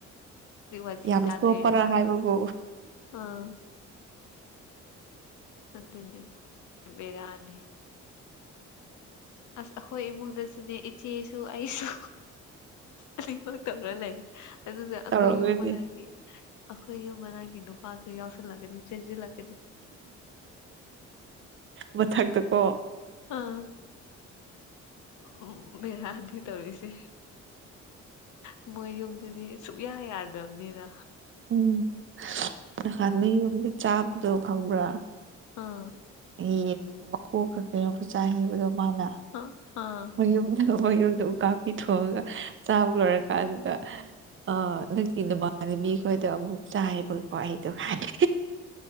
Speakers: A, on the left (about 75°); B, on the right (about 40°).
A: ꯑꯗꯨꯏ ꯋꯥꯊꯤ
B: ꯌꯥꯝ
A: ꯆꯥꯗꯣꯏꯔꯦꯕ
B: ꯆꯣꯞꯄꯔꯥ ꯍꯥꯏꯕꯕꯨ
A: ꯑꯥ ꯑꯗꯨꯅꯦ ꯕꯦꯔꯥꯅꯤꯍꯦ ꯑꯁ ꯑꯩꯈꯣꯏ ꯏꯃꯨꯡꯗꯁꯨꯅꯦ ꯏꯆꯦꯁꯨ ꯑꯩꯁꯨ ꯑꯅꯤꯃꯛ ꯇꯧꯔ ꯂꯩ ꯑꯗꯨꯁꯨ ꯑꯩꯈꯣꯏ
B: ꯇꯧꯔꯒꯗꯤ
A: ꯌꯨꯝ ꯃꯅꯥꯛꯀꯤ ꯑꯈꯣꯏ ꯌꯨꯝ ꯃꯅꯥꯛꯒꯤ ꯅꯨꯄꯥꯗꯨ ꯌꯥꯎꯁꯜꯂꯛꯀꯅꯤ ꯆꯦꯟꯖꯤꯜꯂꯛ
B: ꯃꯊꯛꯇꯀꯣ
A: ꯑꯥ ꯎꯝ ꯕꯦꯔꯥꯅꯤ ꯇꯧꯔꯤꯁꯦ ꯃꯣꯏ ꯌꯨꯝꯗꯨꯗꯤ ꯁꯨꯛꯌꯥ ꯌꯥꯗ꯭ꯔꯕꯅꯤꯅ
B: ꯎꯝ ꯅꯍꯥꯟꯗ ꯌꯨꯝꯗ ꯆꯥꯕꯗꯣ ꯈꯪꯕ꯭ꯔꯥ
A: ꯑꯥ
B: ꯌꯦꯟ ꯃꯀꯣꯛꯀ ꯀꯩꯅꯣꯒ ꯆꯥꯏ ꯍꯥꯏꯕꯗꯣ ꯃꯥꯅ
A: ꯑ ꯑꯥ
B: ꯃꯌꯨꯝꯗ ꯃꯌꯨꯝꯗ ꯎꯀꯥꯕꯤ ꯊꯣꯡꯉꯒ ꯆꯥꯕ ꯂꯣꯏꯔ ꯀꯥꯟꯗꯨꯗ ꯑ ꯅꯪꯒꯤ ꯅꯃꯥꯟꯅꯕꯤꯈꯣꯏꯗꯣ ꯑꯃꯨꯛ ꯆꯥꯏꯌꯦꯕꯀꯣ ꯑꯩꯗꯣ ꯍꯥꯏꯅ